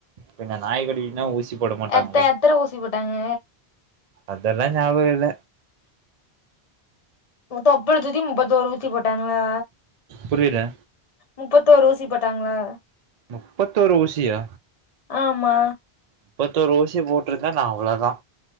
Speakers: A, on the right; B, on the left.
A: பின்ன நாய்கடினா ஊசி போட மாட்டாங்களா
B: எத்த எத்தன ஊசி போட்டாங்க
A: அதெல்லா ஞாபக இல்ல
B: தொப்புழு சுத்தி முப்பத்தொரு ஊசி போட்டாங்களா
A: புரியல
B: முப்பத்தோரு ஊசி போட்டாங்களா
A: முப்பத்தோரு ஊசியா
B: ஆமா
A: முப்பத்தொரு ஊசி போட்ருந்தா நா அவ்ளோதா